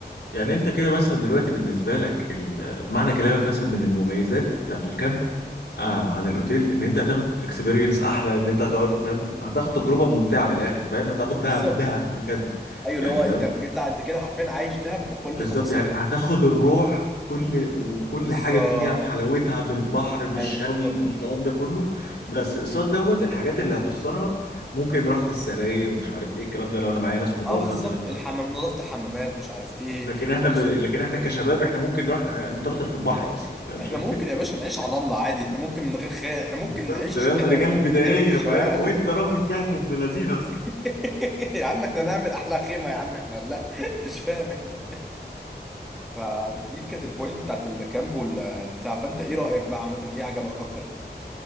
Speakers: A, on the left; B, in the centre.
A: يعني انت كده مثلا دلوقتي بالنسبه لك ال- معنى كلامك مثلا من المميزات بتاعت الكامب
B: مم.
A: آه عن الاوتيل ان انت هتاخد اكسبيرينس احلى ان انت هتقعد فاهم هتاخد تجربه ممتعه من الاخر فاهم هتاخد
B: بالظبط
A: دهب دهب بجد
B: ايوه
A: يعني
B: اللي هو انت
A: فاهم
B: بجد انت كده حرفيا عايش دهب بكل
A: بالظبط
B: تفاصيلها
A: يعني هتاخد الروح كل وكل
B: بالظبط
A: حاجه فيها بحلاوتها بالبحر بالشوي
B: ايوه بالظبط
A: بالكلام
B: كده
A: ده كله بس قصاد
B: امم
A: دوت الحاجات اللي هتخسرها ممكن راحه السراير مش عارف ايه الكلام ده لو انا معايا ناس كبار
B: اه بالظبط
A: مثلا
B: الحمام
A: أو...
B: نظافه الحمامات مش عارف ايه
A: لكن احنا
B: روم
A: ب...
B: سيرفيس
A: لكن
B: الكلام
A: احنا كشباب
B: ده
A: احنا ممكن نروح نطرطر في البحر اصلا فاهم مش
B: احنا
A: <laughs>
B: ممكن يا باشا نعيش على الرمله عادي احنا ممكن من غير خير احنا ممكن
A: بالظبط
B: نعيش
A: فاهم
B: كده
A: رجال
B: فاهم
A: بدائيه
B: نعيش في الشوارع
A: فاهم وانت
B: عادي
A: راجل كهف ابن لذينه
B: <laughs> يا عم احنا نعمل احلى خيمه يا عم احنا لا مش فاهم احنا فدي كانت البوينت بتاعت الكامب ولا بتاع فانت ايه رايك بقى عامه ايه عجبك اكتر